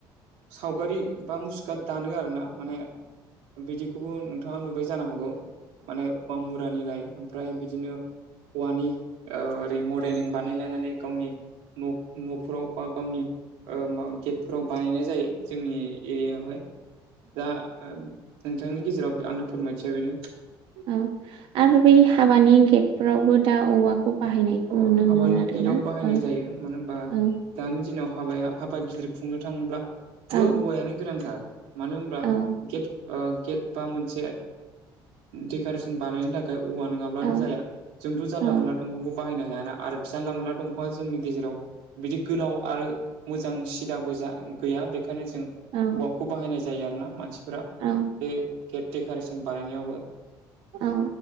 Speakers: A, on the right; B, on the right.
A: सावगारि बा मुसुखा दानो आरोना माने बिदि बेखौबो नोंथाङा नुबाय जानो हागौ माने अ मुरानिलाय ओमफ्राय बिदिनो औवानि ओरै मडेलिं बानायलानानै गावनि न'फोराव बा गावनि गेटफोराव बानायनाय जायो जोंनि एरियायावहाय दा नोंथांनि गेजेराव आंनो फोरमायथिया बेनो
B: औ आरो बै हाबानि गेटफोरावबो दा औवाखौ बाहायनायखौ
A: अ
B: नुनो
A: हाबानि
B: मोनो आरोना
A: गेटाव बाहायनाय
B: औ
A: जायो मानो होनबा
B: औ
A: दानि दिनाव हाबाया हाबा गिदिर खुंनो थाङोब्ला ब
B: औ
A: औवायानो गोनांथार मानो होनब्ला
B: औ
A: गेट गेट बा मोनसे डेक'रेसन बानायनो थाखाय औवा नङाबा जाया
B: औ
A: जोंथ' जानला
B: औ
A: मोनला दंफांखौ बाहायनो हायाना आरो जानला मोनला दंफांआ जोंनि गेजेराव बिदि गोलाव आरो मोजां सिदाबो जा गैया बेखायनो जों
B: औ
A: औवाखौ बाहायनाय जायो आरो ना मानसिफोरा
B: औ
A: बे गेट डेक'रेसन बानायनायावबो
B: औ